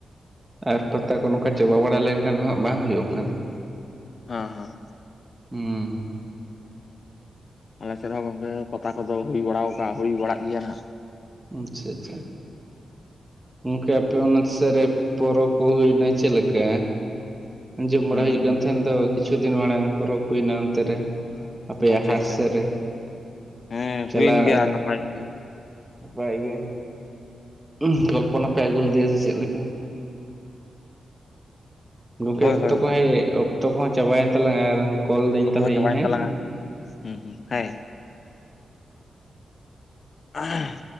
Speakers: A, on the right (about 15°); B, on the left (about 55°).
A: ᱟᱨ ᱯᱟᱛᱟ ᱠᱚ ᱱᱚᱝᱠᱟ ᱪᱟᱵᱟ ᱵᱟᱲᱟ ᱞᱮᱱᱠᱷᱟᱱ ᱫᱚ ᱦᱟᱸᱜ ᱵᱟᱝ ᱦᱩᱭᱩᱜᱼᱟ ᱚᱝᱠᱟ ᱫᱚ᱾
B: ᱦᱟᱸ ᱦᱟᱸ᱾
A: ᱦᱩᱸ᱾
B: ᱟᱞᱮᱥᱮᱫ ᱦᱚᱸ ᱜᱚᱝᱠᱮ ᱯᱟᱛᱟ ᱠᱚᱫᱚ ᱦᱩᱭ ᱵᱟᱲᱟᱣ ᱠᱟ ᱦᱩᱭ ᱵᱟᱲᱟᱜ ᱜᱮᱭᱟ ᱱᱟᱸᱜ᱾
A: ᱟᱪᱪᱷᱟ ᱪᱷᱟ ᱪᱷᱟ᱾ ᱜᱚᱝᱠᱮ ᱟᱯᱮ ᱚᱱᱟ ᱥᱮᱫ ᱨᱮ ᱯᱚᱨᱚᱵᱽ ᱠᱚ ᱦᱩᱭᱱᱟ ᱪᱮᱫ ᱞᱮᱠᱟ? ᱟᱸᱡᱚᱢ
B: ᱦᱩᱸ
A: ᱵᱟᱲᱟ ᱦᱩᱭᱩᱜ ᱠᱟᱱ ᱛᱟᱦᱮᱸ ᱫᱚ ᱠᱤᱪᱷᱩ ᱫᱤᱱ ᱢᱟᱲᱟᱝ ᱯᱚᱨᱚᱵᱽ ᱦᱩᱭᱱᱟ ᱚᱱᱛᱮ ᱨᱮ? ᱟᱯᱮᱭᱟᱜ
B: ᱟᱪᱪᱷᱟ
A: ᱦᱟᱴ
B: ᱟᱪᱪᱷᱟ
A: ᱥᱮᱫ ᱨᱮ,
B: ᱦᱮᱸ
A: ᱪᱟᱞᱟᱣ
B: ᱦᱩᱭᱮᱱ ᱜᱮᱭᱟ ᱱᱟᱯᱟᱭ ᱜᱮ
A: ᱚᱯᱮᱭᱟᱜ ᱤᱭᱟᱹ ᱩᱸ ᱠᱚᱞᱯᱚᱱᱟ ᱯᱮ ᱟᱹᱜᱩ ᱞᱮᱫᱮᱭᱟ ᱥᱮ ᱪᱮᱫ ᱞᱮᱠᱟ? ᱜᱚᱝᱠᱮ
B: ᱦᱳᱭ
A: ᱚᱠᱛᱚ
B: ᱦᱳᱭ
A: ᱠᱚ
B: ᱦᱳᱭ
A: ᱤᱭᱟᱹ ᱚᱠᱛᱚ ᱠᱚᱦᱚᱸ ᱪᱟᱵᱟᱭᱮᱱ ᱛᱟᱞᱟᱝᱼᱟ ᱟᱨ ᱠᱚᱞᱫᱟᱹᱧ
B: ᱚᱠᱛᱚ
A: ᱛᱟᱞᱦᱮ
B: ᱠᱚᱦᱚᱸ ᱪᱟᱵᱟᱭᱮᱱ
A: ᱤᱧ ᱦᱮᱸ?
B: ᱛᱟᱞᱟᱝᱟ ᱦᱩᱸ ᱦᱩᱸ ᱦᱮ᱾ ᱟᱦ᱾